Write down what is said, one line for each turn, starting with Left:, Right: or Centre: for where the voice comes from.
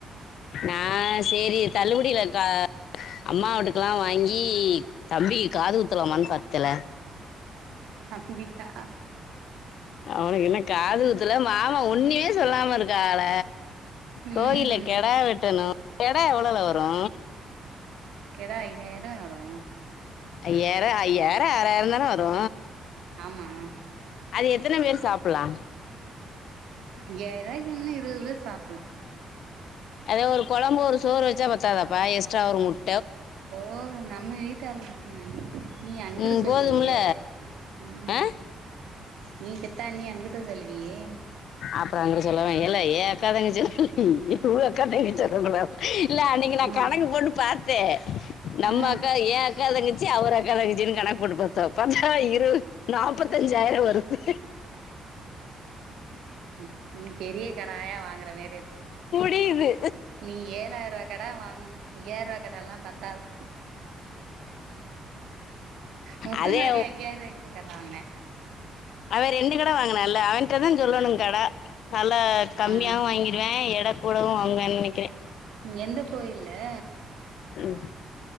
Left: நா சேரி தள்ளுபடியிலக்கா அம்மா வீட்டுக்கெல்லா வாங்கி தம்பிக்கு காது குத்துலமான் பத்தல
Right: அப்பிடிக்கா
Left: அவனுக்கு இன்னு காதுகுத்தல மாமா ஒண்ணுமே சொல்லாம இருக்காகல
Right: ம்
Left: கோயில்ல கெடா வெட்டணு கெடா எவ்வளவுல வரு
Right: கடா ஐயாயிரூவா வரு
Left: ஐயாயிர ஐயாயிர ஆறாயிரந்தான வரு
Right: ஆமா
Left: அது எத்தன பேர் சாப்பலா
Right: ஐய்யாரூபாய்க்கு இருவது பேர் சாப்பில்லா
Left: அதா ஒரு கொழம்பு ஒரு சோறு வச்சா பத்தாதாப்பா எக்ஸ்ட்ரா ஒரு முட்
Right: ஓ நம்ம வீட்டு ஆளு <unintelligible> நீ அங்கிடு
Left: ம்
Right: சொல்லுவியே
Left: போதும்ல
Right: ம்
Left: ஆ
Right: நீ பெத்தா நீ அங்குட்டு செல்லுவியே
Left: அப்பற அங்குட்டு சொல்லுவ ஏல ஏ அக்கா தங்கச்சில நியீ து அக்கா தங்கச்சிலா சொல்ல கூட இல்ல அன்னைக்கு நா
Right: ஆ
Left: கணக்கு போட்டு பாத்தே நம்ம
Right: ஆ
Left: அக்கா ஏ அக்கா தங்கச்சி அவரு அக்கா தங்கச்சின்னு கணக்கு போட்டு பாத்தோ பாத்தா இரு நாப்பத்தஞ்சாயிர வருது
Right: நி நீ பெரிய கடாயா வாங்குற மாரி
Left: டீது
Right: நீ ஏழாயிரரூவா கடா வாங்கணு ஐயாயிரரூவா கடால்லா பத்தாது முத்து
Left: அதே
Right: மாரி ஐயாயிரூவாய்க்கிட்ட கட வாங்கினே
Left: அவ ரெண்டு கடா வாங்கனான்ல்ல அவன்ட்டதா சொல்லணு கடா நல்லா கம்மியாவு
Right: ஆ
Left: வாங்கிடுவே எட கூடவு வாங்கிவான்னு நெனைக்கிறே
Right: எந்த கோயில்லு
Left: ம்